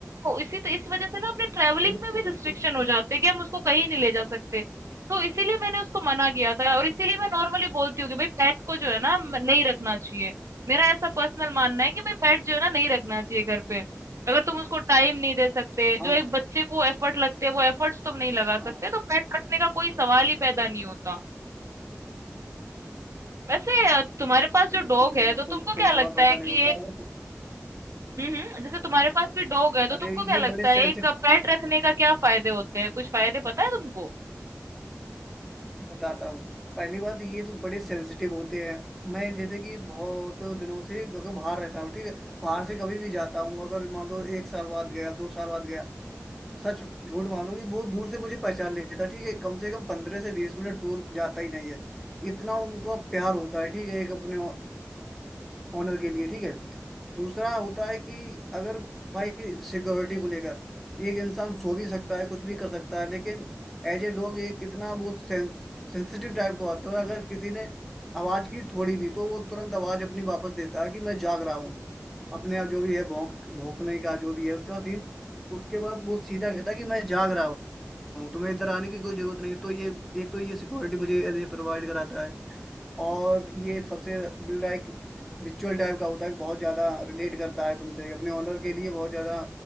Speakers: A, on the right; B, in the centre.
A: तो इसी तो इस वजह से ना अपने ट्रेवलिंग
B: बिल्कुल
A: पे भी
B: बिल्कुल
A: रिस्ट्रिक्शन हो जाते हैं कि हम उसको कहीं नहीं ले जा सकते तो इसीलिए मैंने उसको मना किया था और इसीलिए मैं नॉर्मली बोलती हूँ कि भाई पेट को जो है ना म- नहीं रखना चाहिए मेरा ऐसा पर्सनल मानना है कि भाई पेट जो है ना नहीं रखना चाहिए घर पे अगर तुम उसको टाइम नहीं दे सकते
B: हाँ
A: जो एक बच्चे को एफर्ट लगते हैं वो एफर्ट्स तुम नहीं लगा सकते
B: हाँ
A: तो पेट रखने का कोई सवाल ही पैदा नहीं होता वैसे अ, तुम्हारे पास जो
B: बिल्कुल
A: डॉग है
B: बिल्कुल
A: तो तुमको
B: कोई
A: क्या
B: सवाल
A: लगता
B: पैदा
A: है
B: नहीं
A: कि
B: होता
A: एक
B: अगर
A: हम्म हम्म, जैसे तुम्हारे पास भी डॉग है तो
B: अरे
A: तुमको क्या
B: ये
A: लगता
B: बड़े सेंसिटिव
A: है एक पेट रखने का क्या फायदे होते हैं कुछ फायदे पता है तुमको
B: बताता हूँ पहली बात ये तो बड़े सेंसिटिव होते हैं मैं जैसे कि बहुत दिनों से लोग बाहर रहता हूँ ठीक है बाहर से कभी भी जाता हूँ अगर मान लो एक साल बाद गया दो साल बाद गया सच झूठ मानो कि बहुत दूर से मुझे पहचान लेता ठीक है कम से कम पंद्रह से बीस मिनट दूर जाता ही नहीं है इतना उनको प्यार होता है ठीक है एक अपने ऑनर के लिए ठीक है दूसरा होता है कि अगर भाई सिक्योरिटी को लेकर एक इंसान सो भी सकता है कुछ भी कर सकता है लेकिन एज ए डॉग एक इतना वो सेंसिटिव टाइप का होता है अगर किसी ने आवाज की थोड़ी भी तो वो तुरंत आवाज अपनी वापस देता है कि मैं जाग रहा हूँ अपने जो भी है भौंक भौंकने का जो भी है उसका सीन उसके बाद वो सीधा कहता है कि मैं जाग रहा हूँ तुम्हें इधर आने की कोई जरूरत नहीं तो ये एक तो ये सिक्योरिटी मुझे प्रोवाइड कराता है और ये सबसे लाइक रिचुअल टाइप का होता है कि बहुत ज़्यादा रिलेट करता है तुमसे अपने ओनर के लिए बहुत ज़्यादा